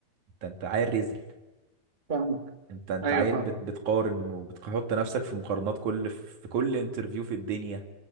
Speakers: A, on the right (about 55°); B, on the right (about 25°).
A: انت انت عيل ريزل
B: فاهمك
A: انت انت
B: ايوه
A: عيل
B: فاهم
A: بت بتقارن وبتحط نفسك في مقارنات كل في كل انترفيو في الدنيا